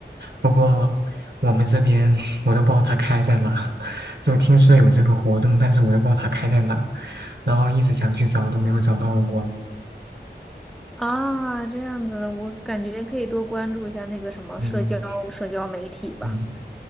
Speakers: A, on the right (about 70°); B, in the centre.
A: 不过我们这边 <laughs> 我都不知道它开在哪，<laughs> 就听说有这个活动，但是我都不知道它开在哪，然后一直想去找都没有找到过。
B: 啊，这样子，我感觉可以多关注一下那个什么社交社交媒体吧。
A: 嗯嗯。